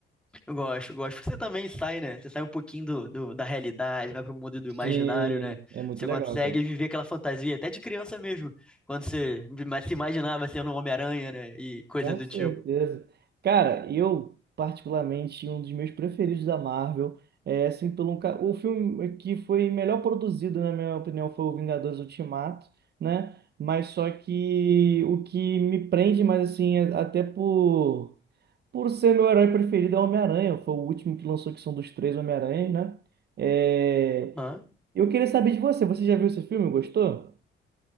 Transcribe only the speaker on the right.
Sim,
é muito
legal,
cara.
Com
certeza.
Cara, eu, particularmente, um dos meus preferidos da Marvel é, assim, pelo um, ca- o filme que foi melhor produzido, na minha opinião, foi o Vingadores Ultimato, né? Mas só que o que me prende mais, assim, é- até por, por ser meu herói preferido é o Homem-Aranha. Foi o último que lançou, que são dos três Homem-Aranhas, né? É,
Eu queria saber de você. Você já viu esse filme? Gostou?